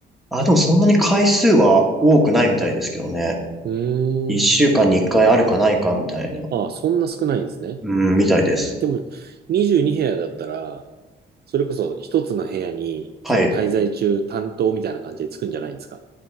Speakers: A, in the centre; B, on the right (about 55°).
A: あ、でもそんなに回数は多くないみたいですけどね。
B: うーん。
A: 一週間に一回あるかないかみたいな、
B: ああ、そんな少ないんですね。
A: うん、みたいです。
B: でも、22部屋だったら、それこそ一つの部屋に、
A: はい。
B: その滞在中担当みたいな感じでつくんじゃないんですか。